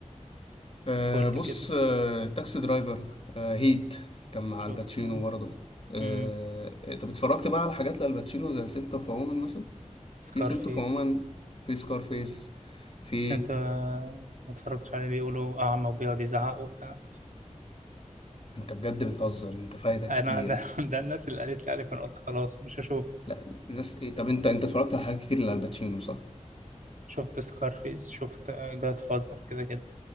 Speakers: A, on the left; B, on the right.
A: أه
B: قول
A: بص
B: لي كده
A: أه تاكسي درايفر أه هيت كان مع
B: شفته
A: الباتشينو برضو أه
B: امم
A: طب اتفرجت بقى على حاجات لالباتشينو زي سنت اوف وومن مثلا
B: سكارفيس
A: في سنت اوف وومن في سكارفيس في
B: بس انت ما اتفرجتش عليه بيقولوا اعمى وبيقعد يزعق وبتاع
A: انت بجد بتهزر انت فايتك
B: انا
A: كتير
B: ده, <laughs> ده الناس اللي قالت لي عليه فانا قلت خلاص مش هشوف
A: لا الناس ايه طب انت انت اتفرجت على حاجات كتير لالباتشينو صح
B: شفت سكارفيس شفت جاد فازر كده كده